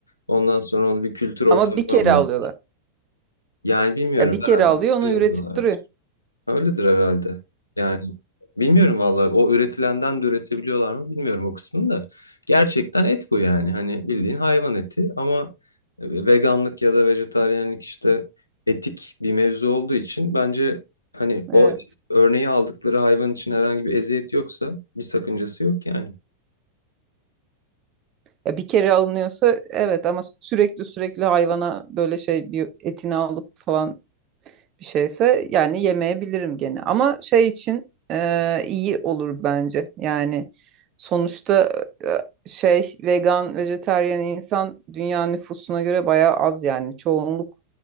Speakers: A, on the left; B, on the right.
A: Ondan sonra onu bir kültür ortamına
B: Ama bir kere
A: alıyorlar.
B: alıyorlar.
A: Yani bilmiyorum
B: Ya bir kere
A: herhalde
B: alıyor
A: bir
B: onu
A: kere
B: üretip
A: alıyorlardır.
B: duruyor.
A: Öyledir herhalde. Yani bilmiyorum vallahi o üretilenden de üretebiliyorlar mı bilmiyorum o kısmını da. Gerçekten et bu yani. Hani bildiğin hayvan eti ama e, veganlık ya da vejetaryenlik işte etik bir mevzu olduğu için bence hani
B: Evet.
A: o örneği aldıkları hayvan için herhangi bir eziyet yoksa bir sakıncası yok yani.
B: Ya bir kere alınıyorsa evet ama sürekli sürekli hayvana böyle şey bir etini alıp falan bir şeyse yani yemeyebilirim gene. Ama şey için e, iyi olur bence. Yani sonuçta e, şey vegan, vejetaryen insan dünya nüfusuna göre bayağı az yani. Çoğunluk